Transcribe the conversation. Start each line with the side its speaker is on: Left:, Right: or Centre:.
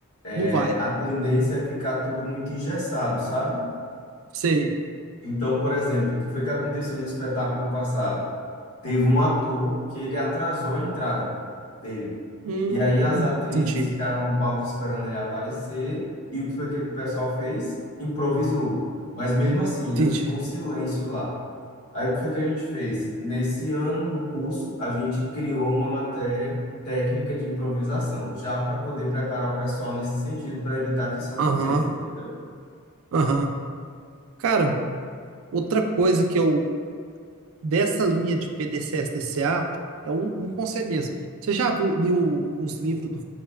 Left: é,
Right: Não vai.
Left: a tendência é ficar tudo muito engessado, sabe?
Right: Sei.
Left: Então, por exemplo, o que foi que aconteceu no espetáculo passado? Teve um ator que ele atrasou a entrada dele.
Right: Hum,
Left: E aí as atrizes
Right: entendi.
Left: ficaram no palco esperando ele aparecer. E o que foi que o pessoal fez? Improvisou. Mas mesmo assim, ainda
Right: Entendi.
Left: ficou um silêncio lá. Aí o que foi que a gente fez? Nesse ano, no curso, a gente criou uma matéria técnica de improvisação, já para poder preparar o pessoal nesse sentido, para evitar que isso aconteça,
Right: Aham.
Left: entendeu?
Right: Aham. Cara, outra coisa que eu, dessa linha de PDCS DCA, é um, um conselho mesmo. Você já viu, leu os livros do,